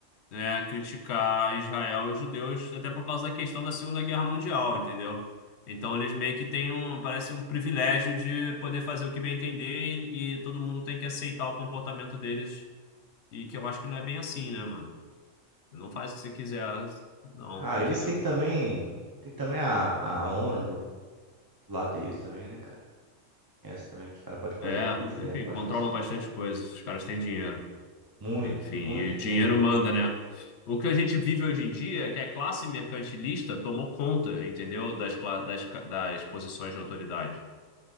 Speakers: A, on the left; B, on the right.
A: né, criticar Israel e os judeus, até por causa da questão da Segunda Guerra Mundial, entendeu? Então eles meio que têm um, parece um privilégio de poder fazer o que bem entender e, e todo mundo tem que aceitar o comportamento deles e que eu acho que não é bem assim, né, mano? Não faz o que você quiser, não,
B: Ah,
A: entendeu?
B: eles têm também. Tem também a, a ONU do lado deles também, né, cara? Essa também, os caras podem fazer
A: É,
B: o que quiser.
A: enfim,
B: Pode
A: controlam
B: fazer o que quiser.
A: bastante coisas, os caras têm dinheiro.
B: Muito,
A: Enfim,
B: muito
A: e o
B: dinheiro.
A: dinheiro manda, né? O que a gente vive hoje em dia é que a classe mercantilista tomou conta, entendeu? Das, cla- das, ca- das posições de autoridade,